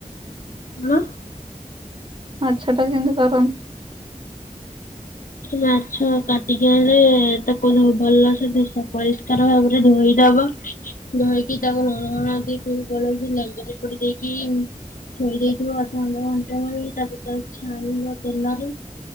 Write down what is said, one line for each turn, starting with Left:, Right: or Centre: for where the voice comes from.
Left: ହେଲୋ।
Right: ମାଛ ଟା କେମିତି କରନ୍ତି?
Left: ମାଛ କାଟିକି ଆଣିଲେ ତାକୁ ଭଲ ସେ ପରିଷ୍କାର ଭାବରେ ଧୋଇ ଧୋଇଦେବ, ଧୋଇକି ତାକୁ ଲୁଣ ହଳଦୀକୁ ଗୋଳେଇକି ଲେମ୍ବୁ ଚୁପଡି ଦେଇକି ଧୋଇ ଦେଇଥିବ ଅଧ ଘଣ୍ଟା ଘଣ୍ଟା ପରେ ତାକୁ ଛାଣିବ ତେଲରେ।